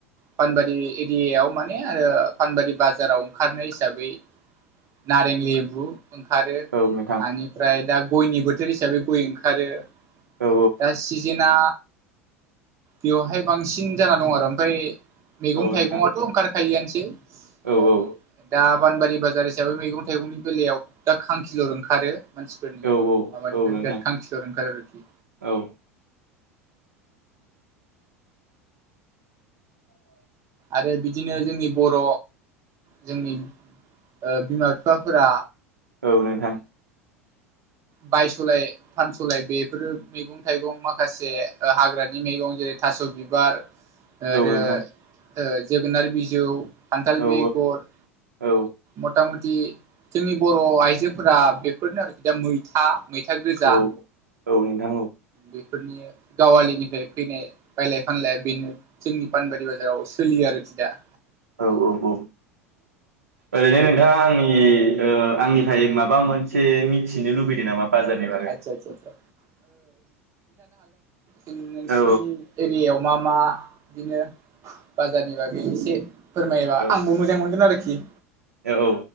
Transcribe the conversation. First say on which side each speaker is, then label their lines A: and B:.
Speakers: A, on the right (about 40°); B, on the right (about 85°).
A: पानबारि ए एरियायाव माने आरो पानबारि बाजाराव ओंखारनाय हिसाबै नारें लेबु ओंखारो
B: औ नोंथां
A: आनिफ्राय दा गयनि बोथोर हिसाबै गय ओंखारो।
B: औ
A: ओ दा सिजेना बेवावहाय बांसिन जाना दङ' आरो ओमफ्राय मैगं-थाइगङाथ'
B: औ नोंथां
A: ओंखार खायोआनोसै ओ
B: औ औ औ
A: दा पानबारि बाजार हिसाबै मैगं-थाइगंनि बेलायाव दा खांखिलर ओंखारो। मानसिफोरनि
B: औ
A: माबानिफ्राय
B: नोंथां
A: <unintelligible> खांखिलुर ओंखारो आरोखि।
B: औ। <inaudible>
A: आरो बिदिनो जोंनि बर' जोंनि ओ बिमा-बिफाफोरा
B: औ नोंथां।
A: बायस'लाय फानस'लाय बेफोरो मैगं थाइगं माखासे हाग्रानि मैगं जेरै थास' बिबार आरो
B: नोंथां
A: ओ जोगोनार बिजौ खान्थाल
B: औ
A: बेगर
B: औ
A: मथा म दि जोंनि बर' आइजोफोरा बेफोरनो आरोखि दा मैथा, मैथा गोजा
B: औ औ नोंथां औ।
A: बेफोरनि गावालिनिफ्राय फैनाय बायलाय फानलाया बेनो जोंनि पानबारि बाजाराव सोलियो आरोखि दा।
B: औ औ औ ओरैनो दा आंनि ओ आंनिफ्राय माबा मोनसे मि थिनो लुबैदों नामा बाजारनि बागै?
A: आदसा आदसा आदसा जों नोंसिनि
B: औ
A: एरियायाव मा मा बिदिनो बाजारनि बागै एसे फोरमायोबा
B: औ
A: आंबो मोजां मोनगोन आरोखि।
B: औ औ,